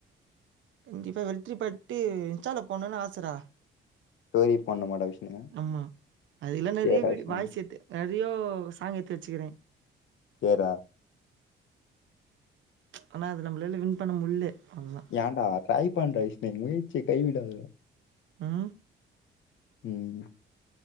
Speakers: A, on the right; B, on the left.
A: கண்டிப்பா வெற்றி பட்டு இன்ஸ்டால போட்னுன்னு ஆச டா
B: டோரி போண்ணமாட்டா விஷ்ணு
A: ஆமா அதுல்லாம
B: ஜெயரா
A: ரீவீடி
B: விஷ்ணு
A: பாய்சு எத்து நெறயோ சாங் எத்து வச்சுக்கிறே
B: சேர்ரா
A: ஆனா அது நம்மளால்ல வின் பண்ண முல்லே அவ்ளோதா
B: யான்டா ட்ரை பண்ணறா விஷ்ணு முயற்சிய கை விடாத
A: ஹா
B: ம்